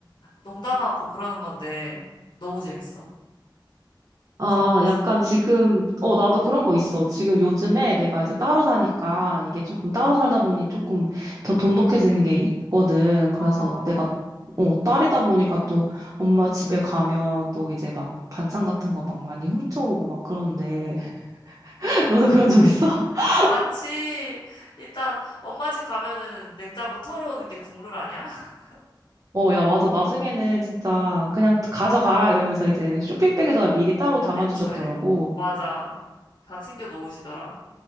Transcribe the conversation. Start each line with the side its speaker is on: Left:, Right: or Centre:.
Left: 농담하고 그러는 건데 너무 재밌어.
Right: 아,
Left: 그런 거 없어.
Right: 약간 지금, 어, 나도 그런 거 있어. 지금 요즘에 내가 이제 따로 사니까 이게 조금 따로 살다 보니 조금 더 돈독해지는 게 있거든.
Left: 어,
Right: 그래서 내가, 어, 딸이다 보니까 또 엄마 집에 가면 또 이제 막 반찬 같은 거 막 많이 훔쳐오고 막 그러는데. <laughs> 너도 그런 적 있어? <laughs>
Left: 많지. 일단 엄마 집 가면은 냉장고 털어오는 게 국룰 아니야? <laughs>
Right: 어, 야, 맞아. 나중에는 진짜 그냥 가져가라 이러면서 이제 쇼핑백에다가 미리 따로 담아주셨더라고.
Left: 애초에. 맞아. 다 챙겨 놓으시더라.